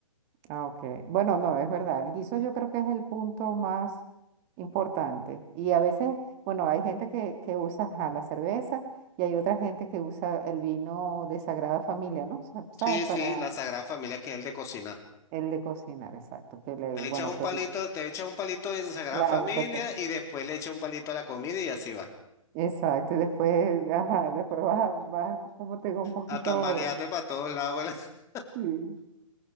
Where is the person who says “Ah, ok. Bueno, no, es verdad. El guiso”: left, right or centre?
Right